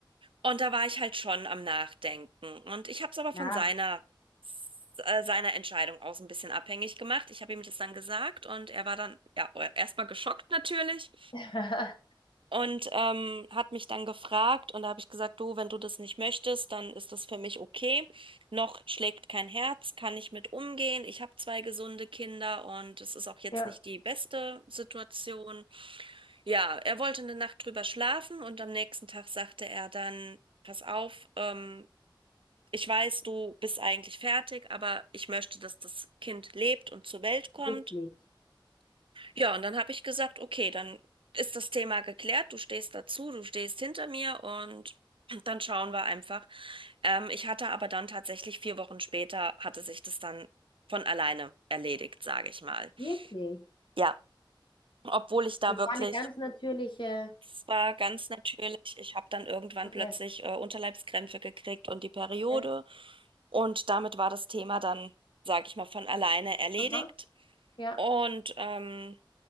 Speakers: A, on the right; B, on the left.
A: Und da war ich halt schon am Nachdenken. Und ich habe es aber
B: Klar.
A: von seiner, äh, seiner Entscheidung aus ein bisschen abhängig gemacht. Ich habe ihm das dann gesagt und er war dann ja erstmal geschockt natürlich
B: <laughs>
A: und ähm, hat mich dann gefragt. Und da habe ich gesagt, du, wenn du das nicht möchtest, dann ist das für mich okay. Noch schlägt kein Herz, kann ich mit umgehen. Ich habe zwei gesunde Kinder und es ist auch jetzt
B: Ja.
A: nicht die beste Situation. Ja, er wollte eine Nacht drüber schlafen und am nächsten Tag sagte er dann, pass auf, ähm, ich weiß, du bist eigentlich fertig, aber ich möchte, dass das Kind lebt und zur Welt kommt.
B: Wirklich.
A: Ja, und dann habe ich gesagt, okay, dann ist das Thema geklärt, du stehst dazu, du stehst hinter mir und dann schauen wir einfach. Ähm, ich hatte aber dann tatsächlich vier Wochen später, hatte sich das dann von alleine erledigt, sage ich mal.
B: Wirklich.
A: Ja, obwohl ich da
B: Das
A: wirklich...
B: war eine ganz natürliche.
A: Es war ganz natürlich. Ich habe dann irgendwann
B: Okay.
A: plötzlich äh, Unterleibskrämpfe gekriegt und die Periode.
B: Okay.
A: Und damit war das Thema dann, sage ich mal, von alleine erledigt.
B: Aha. Ja.
A: Und ähm,